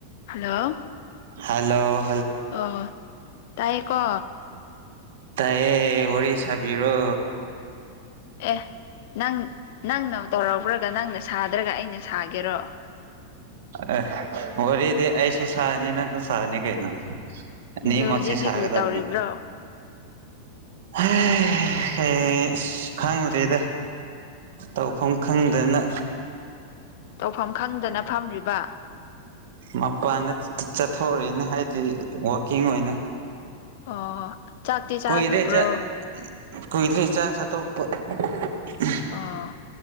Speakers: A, on the left (about 50°); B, on the right (about 55°).
A: hello
B: hello
A: ꯑꯣ ꯇꯥꯏꯀꯣ
B: ꯇꯥꯏꯌꯦ ꯋꯤꯔꯤ ꯁꯕꯤꯔꯣ
A: ꯑꯦ ꯅꯪ ꯅꯪꯅ ꯇꯧꯔꯧꯕ꯭ꯔꯒ ꯅꯪꯅ ꯁꯥꯗ꯭ꯔꯒ ꯑꯩꯅ ꯁꯥꯒꯦꯔꯣ
B: ꯑꯦ ꯋꯤꯔꯤꯗꯤ ꯑꯩꯁꯨ ꯁꯅꯤ ꯅꯪ ꯁꯅꯤ ꯀꯩꯅꯣ ꯑꯅꯤ
A: ꯑꯗꯣ
B: ꯃꯛꯁꯤ
A: ꯍꯧꯖꯤꯛꯇꯤ
B: ꯁꯒꯗꯕꯅꯤ
A: ꯀꯔꯤ ꯇꯧꯔꯤꯕ꯭ꯔꯣ
B: ꯑꯦ ꯀꯩ ꯏꯁ ꯈꯉꯗꯔꯤꯗ ꯇꯧꯐꯝ ꯈꯪꯗꯅ
A: ꯇꯧꯐꯝ ꯈꯪꯗꯅ ꯐꯝ꯭ꯔꯤꯕ
B: ꯃꯄꯥꯟꯗ ꯆꯠꯊꯣꯛꯔꯤꯅꯦ ꯍꯥꯏꯗꯤ ꯋꯀꯤꯡ ꯑꯣꯏꯅ
A: ꯑꯣ ꯆꯥꯛꯇꯤ ꯆꯥꯈ꯭ꯔꯕ꯭ꯔꯣ
B: ꯀꯨꯏꯔꯦ ꯆ ꯀꯨꯏꯔꯦ ꯆꯥꯛ ꯆꯥꯊꯣꯛ <unintelligible>
A: ꯑꯣ